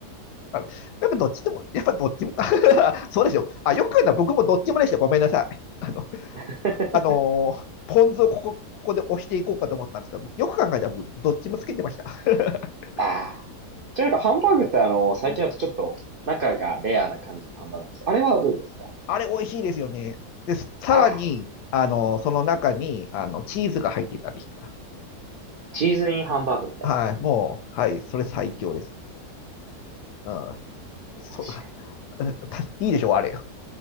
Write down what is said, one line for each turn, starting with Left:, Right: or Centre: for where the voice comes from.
Left: あの、やっぱどっちでも、やっぱどっちもか。<laughs> そうですよ。あ、よく言うのは僕もどっちもでした。ごめんなさい。あの、
Right: <laughs>
Left: あのーポン酢をここ、ここで押していこうかと思ったんですけど、よく考えたら僕、どっちもつけてました。<laughs>
Right: ああ。ちなみになんかハンバーグってあの、最近だとちょっと中がレアな感じのハンバーグなんです。
Left: うん。
Right: あれはどうですか
Left: あれ、美味しいですよね。で、さらに、
Right: ああ。
Left: あの、その中に、あの、チーズが入ってたりしたら。
Right: チーズインハンバーグみたいな。
Left: はい、もう、はい、それ最強です。うん。そう、
Right: 確か
Left: あたいいでしょう、あれ。